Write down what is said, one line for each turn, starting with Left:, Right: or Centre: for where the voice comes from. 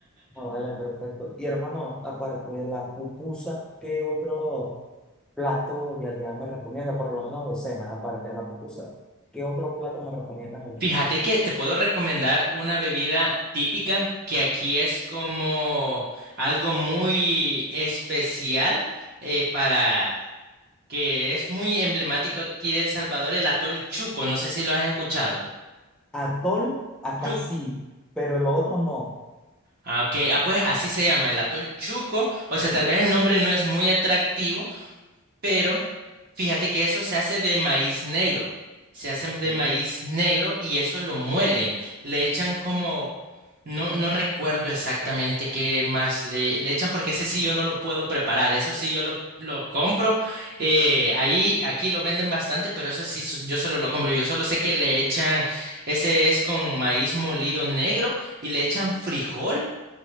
Centre: no, vale, perfecto. Y hermano, aparte de la pupusa, ¿qué otro plato de allá me recomienda? Por lo menos de cena, aparte de la pupusa. ¿Qué otro plato me recomiendas allá?
Right: fíjate que te puedo recomendar una bebida típica que aquí es como algo muy especial eh, para que es muy emblemático aquí de El Salvador, el atol Chuco, no sé si lo has escuchado.
Centre: Atol, acá
Right: Chuco.
Centre: sí, pero el otro no.
Right: Ah, ok. Ah, pues así se llama, el atol Chuco. O sea, tal vez el nombre no es muy atractivo, pero fíjate que eso se hace de maíz negro. Se hace
Centre: Ok,
Right: de maíz negro y eso lo muelen. Le echan como, no, no recuerdo exactamente qué más le, le echan porque ese sí yo no lo puedo preparar. Eso sí yo lo, lo compro. eh, ahí, aquí lo venden bastante, pero eso sí so- yo solo lo compro. Yo solo sé que le echan, ese es con maíz molido negro y le echan frijol